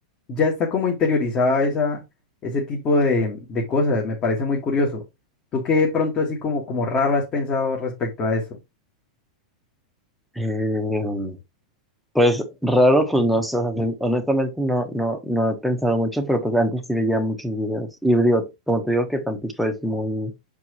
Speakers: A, on the left (about 30°); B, in the centre.
A: ya está como interiorizada esa, ese tipo de, de cosas. Me parece muy curioso. ¿Tú qué de pronto así como, como raro has pensado respecto a eso?
B: Eh, Pues raro, pues no sé, o sea, honestamente no, no, no he pensado mucho, pero pues antes sí veía muchos videos. Y digo, como te digo que Tampico es muy,